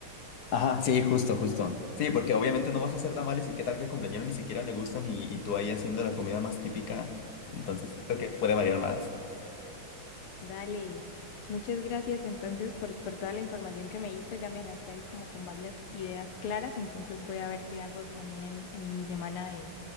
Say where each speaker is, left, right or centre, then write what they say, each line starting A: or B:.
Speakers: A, on the left (about 55°); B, on the left (about 80°).
A: Ajá, sí, justo, justo. Sí, porque obviamente no vas a hacer tamales y qué tal que al cumpleañero ni siquiera le gustan y, y tú ahí haciendo la comida más típica. Entonces, creo que puede variar más.
B: Dale, muchas gracias entonces por, por toda la información que me diste, ya me dejaste ahí como con varias ideas claras, entonces voy a ver qué hago también en, en mi semana de,